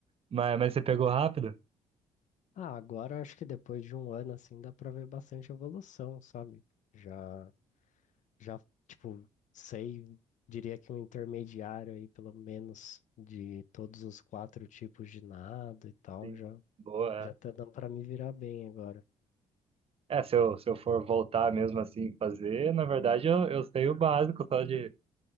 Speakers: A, on the right; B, on the left.
A: Mas, mas você pegou rápido?
B: Ah, agora eu acho que depois de um ano, assim, dá pra ver bastante evolução, sabe? Já, já, tipo, sei, diria que um intermediário aí, pelo menos, de todos os quatro tipos de nado e tal,
A: Sim.
B: já.
A: Boa.
B: Já tá dando pra me virar bem agora.
A: É, É, se eu, se eu for voltar mesmo assim fazer, na verdade eu, eu sei o básico, só de.